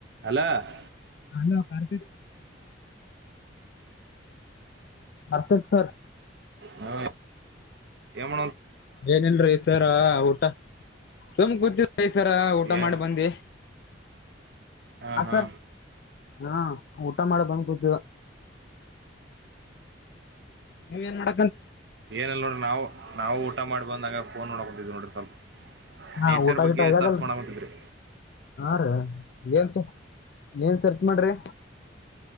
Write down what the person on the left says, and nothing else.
hello Karthik ಆರ್ತಕ್ sir
ಏನಲ್ರೀ ಈಸರ ಊಟ ಸುಮ್ ಗ್ದ ಈಸರ ಊಟ
ಮಾಡಿ ಬಂದೆ
ಆ
ಸರ್ ಹಾ ಊಟ ಮಾಡ ಬಂದ್ ಕೂತವ ನೀವ ಏನ್ ಮಾಡ
ಹಾ
ಊಟ
ಗಿಟ ಆಗ್ಯದಲ್ರಿ
ಹಾ ರ ಏನ್ ಏನ್ ಸರ್ಚ್ ಮಾಡ್ರಿ